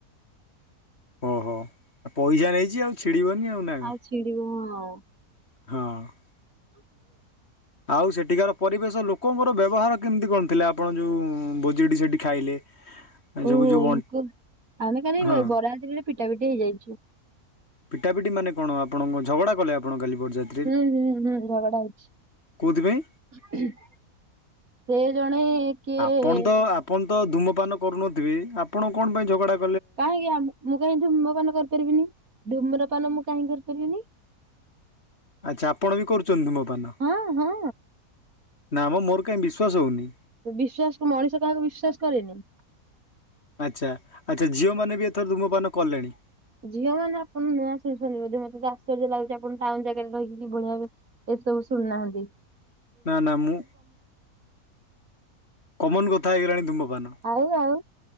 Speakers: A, on the left; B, on the right.
A: ଓହୋ ପଇସା ନେଇଛି ଆଉ ଛିଡିବନି ଆଉ ନା କଣ
B: ଆଉ ଛିଡିବ ହଁ।
A: ହଁ।
B: <unintelligible>
A: ଆଉ ସେଠିକାର ପରିବେଶ ଲୋକଙ୍କର ବ୍ୟବହାର କେମିତି କଣ ଥିଲା ଆପଣ ଯେଉଁ ଭୋଜିଟି ସେଇଠି ଖାଇଲେ।
B: ଓ
A: ସବୁ ଯୋଉ ବଣ୍ଟ
B: ଲୋକ ଆମେ ଖାଲି
A: ହଁ
B: ବରଯାତ୍ରିରେ ପିଟା ପିଟି ହେଇଯାଇଛୁ।
A: ପିଟା ପିଟିମାନେ କଣ ଆପଣ କଣ ଝଗଡ଼ା କଲେ ଆପଣ କାଲି ବରଯାତ୍ରି
B: ହୁଁ ହୁଁ ହୁଁ ଝଗଡା ହେଇଛି।
A: କୋଉଥିପାଇଁ?
B: ସେ ଜଣେ କିଏ
A: ଆପଣ ତ ଆପଣ ତ ଧୁମପାନ କରୁନଥିବେ ଆପଣ କଣ ପାଇଁ ଝଗଡା
B: କାହିଁକି ମୁଁ କାହିଁକି ଧୁମପାନ କରିପାରିବିନି ଧୂମ୍ରପାନ ମୁଁ କାହିଁକି କରିପାରିବିନି
A: ଆଚ୍ଛା ଆପଣ ବି କରୁଛନ୍ତି ଧୁମପାନ?
B: ହଁ ହଁ
A: ନା ମଁ ମୋର କାହିଁ ବିଶ୍ୱାସ ହଉନି।
B: ବିଶ୍ଵାସ ମଣିଷ କାହାକୁ ବିଶ୍ଵାସ କରେନି।
A: ଆଚ୍ଛା ଆଚ୍ଛା ଝିଅ ମାନେ ବି ଏଥର ଧୁମପାନ କଲେଣି
B: ଝିଅ ମାନେ ଆପଣ ନୂଆ ଶୁଣୁଛନ୍ତି ବୋଧେ ମତେ ଆଶ୍ଚର୍ଯ୍ୟ ଲାଗୁଚି ଆପଣ ଟାଉନ ଜାଗାରେ ରହିକି କିଭଳିଆ ଭାବେ ଏସବୁ ଶୁଣିନାହାନ୍ତି।
A: ନା ନା ମୁଁ କମନ କଥା ହେଇଗଲାଣି ଧୂମପାନ
B: ଆଉ ଆଉ